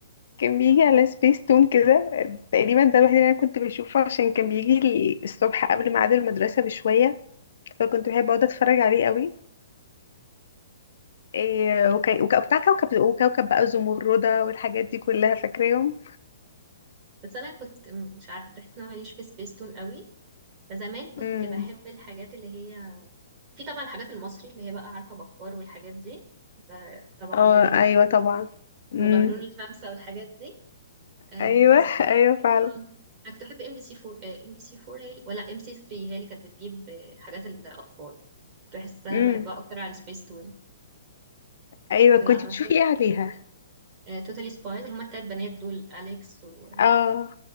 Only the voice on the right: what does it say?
بس أنا كنت م- مش عارفة بحس إن أنا ماليش في سبيستون قوي فزمان كنت
بحب الحاجات اللي هي في طبعا الحاجات المصري اللي هي بقى عارفة بكار والحاجات دي ده طبعا
كده كده
المغامرون
الخمسة والحاجات دي آه
بس أكتر-
آه، أنا كنت بحب ام بي سي 4 ام بي سي 4 هي اللي- ولا ام سي 3 هي اللي كانت بتجيب آه، حاجات الأطفال بحسها
بحبها أكتر عن سبيس تون
تبقى
مثلا
توتالي سبايز اللي هما التلات بنات دول أليكس وده